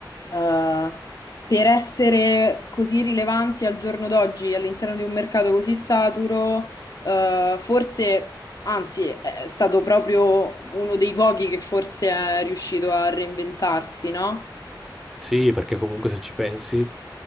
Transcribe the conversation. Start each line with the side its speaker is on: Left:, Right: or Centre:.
Left: mh, eh, per essere così rilevanti al giorno d'oggi all'interno di un mercato così saturo, eh, forse, anzi, è stato proprio uno dei pochi che forse è riuscito a reinventarsi, no?
Centre: Sì, perché comunque se ci pensi,